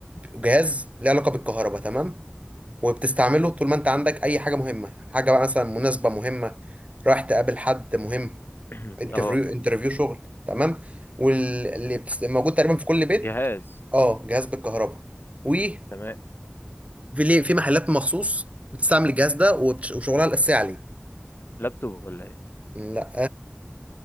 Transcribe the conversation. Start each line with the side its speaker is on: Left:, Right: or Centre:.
Right: جهاز له علاقه بالكهرباء تمام وبتستعمله طول ما انت عندك اي حاجه مهمه حاجه بقى مثلا مناسبه مهمه رايح تقابل حد مهم
Left: <clears throat>
Right: انترفيو
Left: اه
Right: انترفيو شغل تمام واللي بتست... موجود تقريبا في كل بيت
Left: جهاز
Right: اه جهاز بالكهرباء وفي
Left: تمام
Right: ليه في محلات مخصوص بتستعمل الجهاز ده وبتش... وشغلها الاساسي عليه
Left: لابتوب ولا ايه
Right: لا